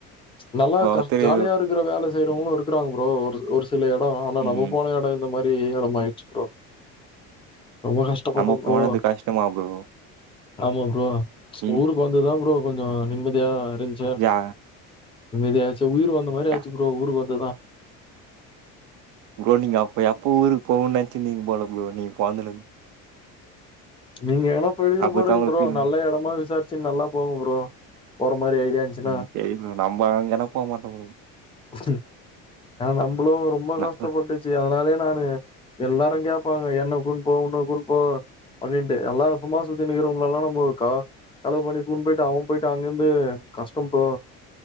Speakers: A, on the left; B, on the right.
A: நல்லா
B: ஒருத்தரு
A: கஷ் ஜாலியா இருக்கிற வேல செய்யறவங்களு இருக்கிறாங்க ப்ரோ ஒரு ஒரு சில இடோ ஆனா
B: ம்.
A: நம்ம போன இடோ இந்த மாரி ப்பே எடமாயிடுச்சு ப்ரோ ரொம்ப கஷ்டப்பட்டோ
B: நம்ம
A: ப்ரோ
B: போனது கஷ்டமா ப்ரோ?
A: ஆமா ப்ரோ
B: ம்.
A: ஊருக்கு வந்துதா ப்ரோ கொஞ்ச நிம்மதியா இருந்ஞ்
B: யா
A: நிம்மதியாச்சு உயிர் வந்த மாரி
B: யா
A: ஆச்சு ப்ரோ ஊருக்கு வந்துதா
B: ப்ரோ நீங்க அப்ப எப்ப ஊருக்ககு போவோன்னு நெனைச்சீனு இருந்தினங்க போல ப்ரோ நீங்க போந்துலருந்து
A: நீங்க ஏனா போய்க்கட்டு
B: அப்பத்தா
A: போறீங்க
B: உங்களுக்கு
A: ப்ரோ
B: ஃபீல்
A: நல்ல எடமா விசாரிச்சு நல்லா போங்க ப்ரோ போற மாரி ஐடியா இருந்துச்சுன்னா.
B: ம் என நம்பா என போக மாட்டே ப்ரோ
A: பஸ்டு ஆ நம்பளு ரொம்ப கஷ்டப்பட்டுச்
B: நம்ம
A: சு அதனாலே நானு எல்லாரு கேப்பாங்க என்ன கூட்ன் போ உன்ன கூட்ன் போ அப்டின்ட்டு எல்லா சும்மாசுத்தினு இருக்கிறவங்கள எல்லா நம்ம இருக்கா செலவு பண்ணிகுனு கூட்டுபோயிட்டா அவ போய்ட்டா அங்க இருந்து கஷ்டம் ப்ரோ